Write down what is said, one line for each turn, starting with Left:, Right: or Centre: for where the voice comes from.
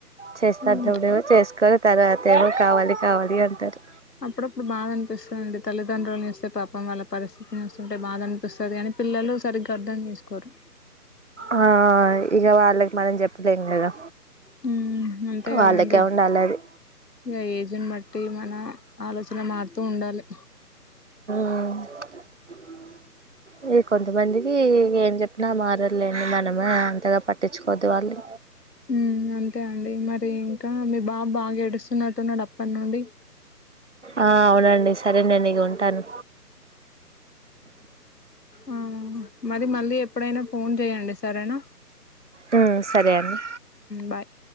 Right: చేస్తా
Left: హ్మ్
Right: అన్నపూడేమో చేస్కోర్ తర్వాతేమో కావాలి కావాలి అంటారు.
Left: అప్పుడప్పుడు బాధ అన్పిస్తదండి తల్లిదండ్రులని చూస్తే పాపం వాళ్ళ పరిస్థితిని చూస్తుంటే బాధ అనిపిస్ కాదు కని పిల్లలు సరిగ్గా అర్థం చేస్కోరు.
Right: ఆ ఇగ వాళ్ళకి మనం చెప్పలేం గదా
Left: హ్మ్ అంతే
Right: వాళ్ళకే
Left: కదండి
Right: ఉండాలె అది
Left: ఇగ ఏజ్ న్ బట్టి మన ఆలోచన మారుతూ ఉండాలే
Right: ఉ ఈ కొంతమందికి ఏం చెప్పినా మారర్లేండి మనమే అంతగా పట్టించుకోవద్దు వాళ్ళు.
Left: మ్ అంతే అండి మరి ఇంకా మీ బాబు బాగా ఏడుస్తున్నట్టున్నడు. అప్ రేపట్నుండి
Right: ఆ అవునండి సరే నేను ఈగ ఉంటాను
Left: ఆ మరి మళ్ళీ ఎప్పుడైనా ఫోన్ చేయండి సరేనా
Right: ఉ ఆ సరే అండి
Left: బాయ్